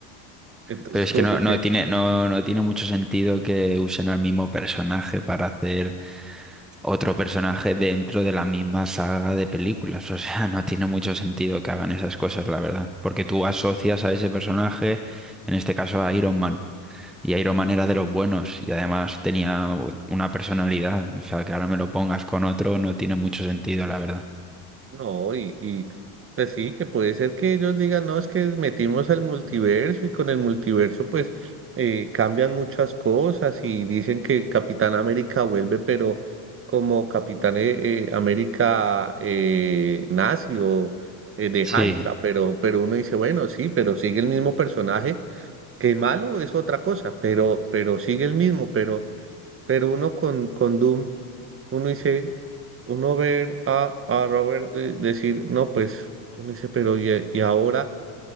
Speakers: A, on the right; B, in the centre.
A: Entonces,
B: Pero es
A: como
B: que no,
A: que dice,
B: no tiene, no, no tiene mucho sentido que usen al mismo personaje para hacer otro personaje dentro de la misma saga de películas. <laughs> O sea, no tiene mucho sentido que hagan esas cosas, la verdad. Porque tú asocias a ese personaje, en este caso a Iron Man. Y Iron Man era de los buenos y además tenía una personalidad. O sea, que ahora me lo pongas con otro no tiene mucho sentido, la verdad.
A: no, y, y pues sí, que puede ser que ellos digan, no, es que metimos al multiverso y con el multiverso pues eh, cambian muchas cosas y dicen que Capitán América vuelve, pero como Capitán eh, eh, América eh, nazi o eh, de
B: Sí.
A: Hydra, pero, pero uno dice, bueno, sí, pero sigue el mismo personaje, que malo es otra cosa, pero, pero sigue el mismo, pero... Pero uno con, con Doom, uno dice, uno ver a, a Robert de- decir, no, pues, uno dice, pero y, y ahora,